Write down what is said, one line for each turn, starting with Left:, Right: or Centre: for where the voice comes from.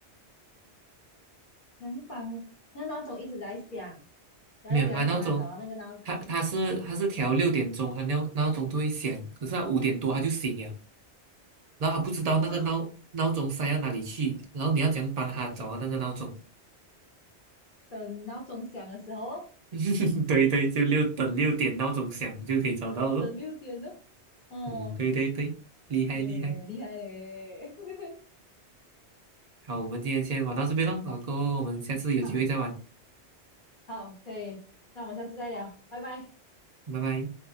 Left: 想帮那闹钟一直在响，然后要怎样帮他找到那个闹钟
Right: 没有，他闹钟，他他是他是调六点钟，他闹闹钟都会响，可是他五点多他就醒了。然后他不知道那个闹闹钟塞到哪里去，
Left: 啊？
Right: 然后你要怎样帮他找到那个闹钟？
Left: 等闹钟响的时候哦，
Right: <laughs> 对对，就六等六点闹钟响就可以找到了。
Left: <laughs> 等六点哦。哦，
Right: 嗯，对对对，厉害厉害。
Left: 耶，厉害嘞。<laughs>
Right: 好，我们今天先玩到这边喽，老哥，我们下次有机会再玩，
Left: 好好，可以，那我们下次再聊，拜拜。
Right: 拜拜。